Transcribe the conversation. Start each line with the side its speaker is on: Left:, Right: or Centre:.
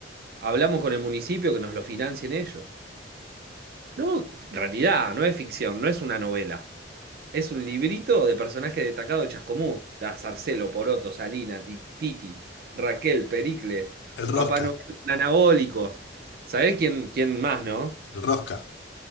Right: Hablamos con el municipio que nos lo financien ellos. No, realidad, no es ficción, no es una novela. Es un librito de personajes destacados de Chascomús. Está Sarcelo, Poroto, Salina, Ti- Titi, Raquel, Pericles,
Left: El Rosca.
Right: Papá Noel, Anabólicos. ¿Sabés quién, quién más, no?
Left: El Rosca.